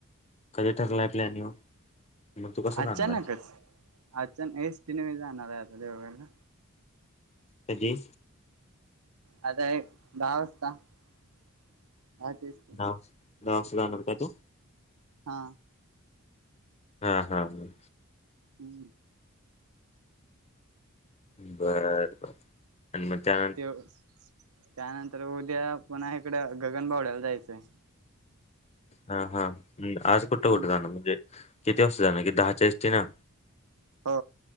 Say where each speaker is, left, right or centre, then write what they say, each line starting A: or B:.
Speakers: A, on the left; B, on the right.
A: कधी ठरलाय प्लॅन ह्यो? मग तू कसं जाणार
B: अचानकच
A: आहेस
B: अनक एसटीने मी जाणार आहे आता देवगडला
A: कधी?
B: आता एक दहा वाजता, दहा तीस
A: हा दहा वाजता जाणार काय तू?
B: हा
A: हा हा हा
B: हम्म
A: बरं बरं आणि मग त्या
B: त्यो त्यानंतर उद्या पुन्हा इकडं गगनबावड्याला जायचंय
A: हा हा आज
B: हम्म
A: कुठं कुठं जाणार म्हणजे किती वाजता जाणं की दहाच्या एसटी ना
B: हो